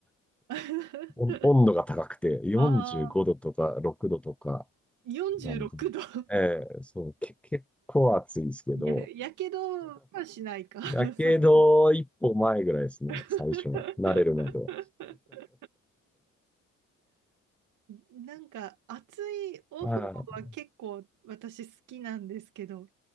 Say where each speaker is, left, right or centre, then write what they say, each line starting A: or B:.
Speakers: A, on the right (about 80°); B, in the centre.
A: <laughs>
B: 温温度が高くて、45度とか6度とか、
A: ああ、46度。
B: なんで、
A: <laughs>
B: ええそう、け、結構暑いですけど、
A: や、やけどはしないか。
B: やけど一歩前ぐらいですね、
A: <laughs> さすが <laughs>
B: 最初の、慣れるまでは。
A: なんか暑いお風呂は結構私好きなんですけど、
B: はい。